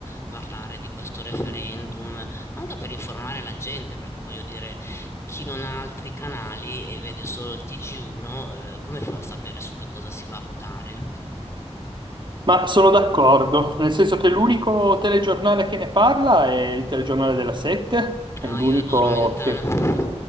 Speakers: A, on the left; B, on the right.
A: parlare di questo referendum? Anche per informare la gente, perché voglio dire, chi non ha altri canali e vede solo il TG1, eh, come fa a sapere su che cosa si va a votare?
B: Ma sono d'accordo, nel senso che l'unico telegiornale che ne parla è il telegiornale della Sette, è
A: Ah,
B: l'unico
A: io adoro Mentana.
B: che
A: <laughs>